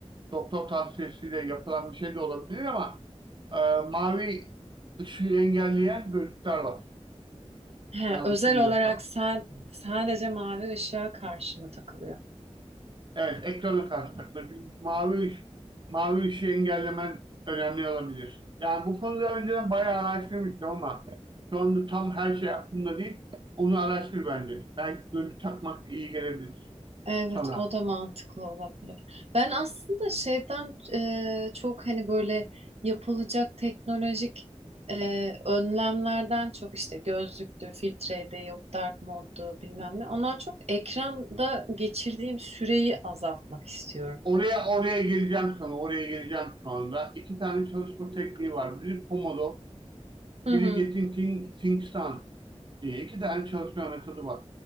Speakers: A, on the right; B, on the right.
A: doktor tavsiyesiyle yapılan bir şey de olabilir ama e, mavi ışığı engelleyen gözlükler var.
B: He,
A: Yanlış
B: özel
A: bilmiyorsam.
B: olarak sen sadece mavi ışığa karşı mı takılıyor?
A: Evet, ekrana karşı takılır. Çünkü Mavi, mavi ışığı engellemen önemli olabilir. Yani bu konuda önceden bayağı araştırmıştım ama şu anda tam her şey aklımda değil. Onu araştır bence. Belki gözlük takmak iyi gelebilir
B: Evet,
A: sana.
B: o da mantıklı olabilir. Ben aslında şeyden e, çok hani böyle yapılacak teknolojik e, önlemlerden çok işte gözlüktü, filtreydi, yok dark moddu bilmem ne. Ondan çok ekranda geçirdiğim süreyi azaltmak istiyorum.
A: Oraya oraya geleceğim sana. Oraya geleceğim şu anda. İki tane çalışma tekniği var. Biri Pomodoro,
B: Hı
A: biri
B: hı.
A: Getting Things Done. diye iki tane çalışma metodu var.